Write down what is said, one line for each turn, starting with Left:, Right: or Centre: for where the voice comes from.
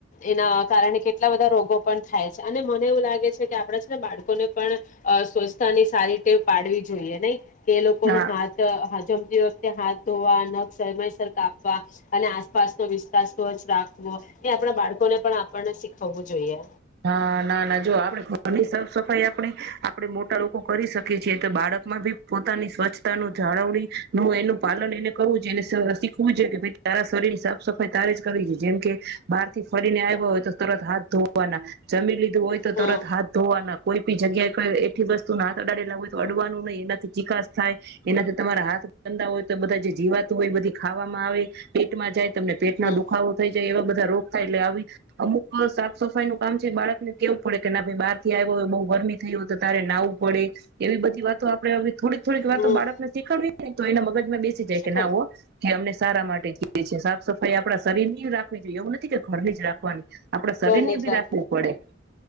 Left: એના કારણ કેટલા બધા રોગો પણ થાય છે અને મને એવું લાગે છે કે આપણેે છે ને બાળકોને પણ અઅ સ્વચ્છતાની સારી ટેવ પાડવી જોઈએ નહીં? કે લોકો
Right: હા
Left: ને હાથ હજમ વખતે હાથ ધોવા નખ સસર કાપવા અને આસપાસનો વિસ્તાર સ્વચ્છ રાખવો એ આપણા બાળકોને પણ આ પણ શીખવવું જોઈએ.
Right: હા, ના ના જો આપડે ઘરની સાફ સફાઈ આપણે આપડે મોટા લોકો કરી શકીએ છીએ તો બાળકમાં ભી પોતાની સ્વચ્છતાનું જાળવણીનું એનું પાલન એને કરવું જોઈએ ને શીખવું જોઈએ કે તારા શરીર સાફ સફાઈ તારે જ કરવી જોઈ જેમ કે બહારથી ફરીને આવ્યા હોય તો તરત હાથ ધો ના જમી લીધ હોય તો
Left: હમ
Right: તરત હાથ ધોવાના કોઈ જગ્યાએ કઈ એઠી વસ્તુના હાથ અડાડેલા હોય તો અડવાનું નહીં. એનાથી ચિકાસ થાય, એનાથી તમારા હાથ ધા હોય તો બધા જે જીવાતું હોય બધી ખાવામાં આવે પેટમાં જાય. તમને પેટના
Left: હમ
Right: દુખાવો થઈ જાય એવા બધા રો થાય એટલે આવી અમુક સાત સફાઈનું કામ છે એ બાળકને કેવું પડે કે ના ભાઈ બારથી આવ્યા હોય બઉ ગરમી થઈ હોય તો તારે નાવું પડે. એવી બધી વાતો આપડે હવે થોડીક થોડીક વાતો
Left: હમ
Right: બાળકને શીખડવી ને તો એના મગજમાં બે સી જાય
Left: શીખ
Right: કે ના હો કે અમને સારા માટે જીએ છે સાફ સફાઈ આપ આપણા શરીરનીય રાખવી જોઈએ એવું નથ થી કે ઘરની જ રાખવાની શરીરની
Left: ઘરની જ
Right: ભી
Left: વાત
Right: રાખવી પડે.